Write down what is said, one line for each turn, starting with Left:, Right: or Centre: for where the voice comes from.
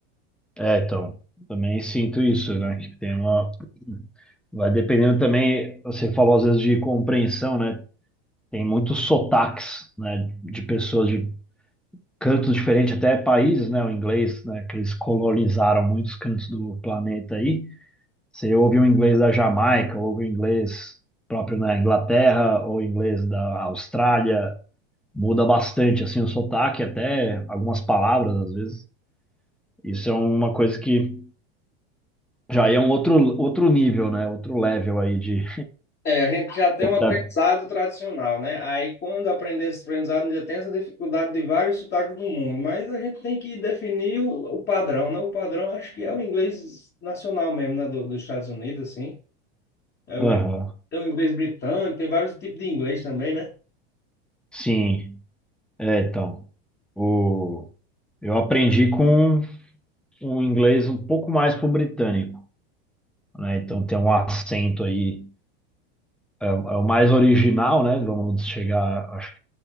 Centre: É, então, também sinto isso, né? Que tem uma. Vai dependendo também, você falou às vezes de compreensão, né? tem muitos sotaques, né, de pessoas de cantos diferentes, até países, né, o inglês, né, que eles colonizaram muitos cantos do planeta aí. Você ouve o inglês da Jamaica, ouve o inglês próprio na Inglaterra, ou inglês da Austrália, muda bastante, assim, o sotaque, até algumas palavras, às vezes. Isso é uma coisa que já é um outro, outro nível, né, outro level aí de...
Left: É, a gente já tem um aprendizado
Centre: da-
Left: tradicional, né? Aí, quando aprender esse aprendizado, ainda tem essa dificuldade de vários sotaques do mundo, mas a gente tem que definir o, o padrão, né? O padrão acho que é o inglês nacional mesmo, né? Do, dos Estados Unidos, assim. É o
Centre: Aham.
Left: inglês, tem o inglês britânico, tem vários tipos de inglês também, né?
Centre: Sim, é, então, o... eu aprendi com um inglês um pouco mais pro britânico, né? Então tem um acento aí, é, é o mais original, né? Vamos chegar, acho,